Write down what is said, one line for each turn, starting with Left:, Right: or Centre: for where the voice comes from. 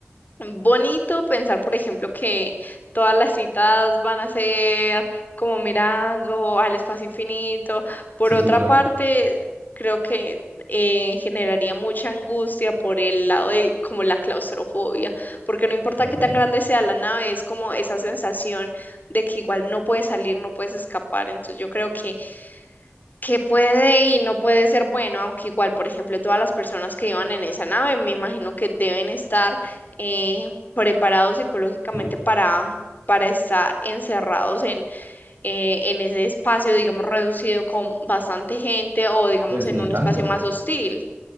Left: bonito pensar, por ejemplo, que todas las citas van a ser como mirando al espacio infinito. Por
Right: Sí,
Left: otra
Right: sí, bueno.
Left: parte, creo que eh, generaría mucha angustia por el lado de como la claustrofobia, porque no importa
Right: Ok.
Left: qué tan grande sea la nave, es como esa sensación de que igual no puedes salir, no puedes escapar. Entonces yo creo que que puede y no puede ser bueno, aunque igual, por ejemplo, todas las personas que iban en esa nave, me imagino que deben estar eh, preparados psicológicamente
Right: Sí.
Left: para, para estar encerrados en, eh, en ese espacio, digamos, reducido con bastante gente o, digamos,
Right: Pues
Left: en
Right: ni
Left: un
Right: tanto.
Left: espacio más hostil.